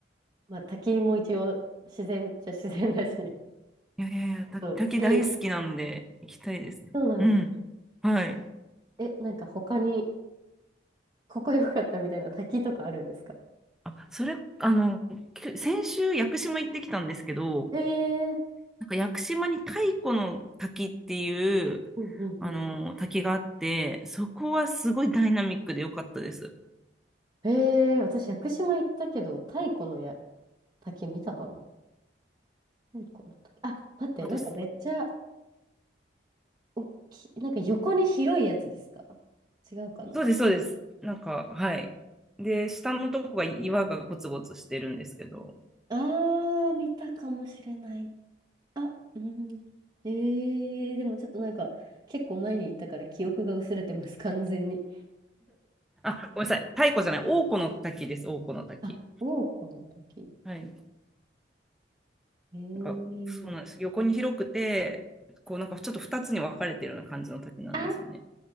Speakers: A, on the right; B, in the centre.
A: まあ滝も一応自然っちゃ自然だし、
B: いやいやいや、た、
A: そう、
B: 滝大好きなんで、
A: 好き。え、
B: 行きたいですね。
A: そうなんです。
B: うん。はい。
A: え、なんか他に、ここ良かったみたいな滝とかあるんですか
B: あ、それ、あの、き先週、屋久島行ってきたんですけど、
A: えー。
B: なんか屋久島に太古の滝っていう、
A: うんうんうん
B: あの、滝があって、そこはすごいダイナミックで良かったです。
A: ええ私、屋久島行ったけど、太古のや滝見たかな太古の滝。あ、待って、
B: あと、
A: なんかめっちゃ
B: そ
A: 大きい、なんか横に広いやつですか違うかな
B: うです、そうです。なんか、はい。で、下のとこが岩がゴツゴツしてるんですけど、
A: あー、見たかもしれない。あ、うん。ええでもちょっとなんか、結構前に行ったから記憶が薄れてます、完全に。
B: あ、ごめんなさい。太古じゃない、大古の滝です、大古の滝。
A: あ、王子の滝。
B: はい。
A: ええ
B: なんか、そうなんです。横に広くて、こう、なんかちょっと2つに分かれてるような感じの滝なんですよね。
A: あ、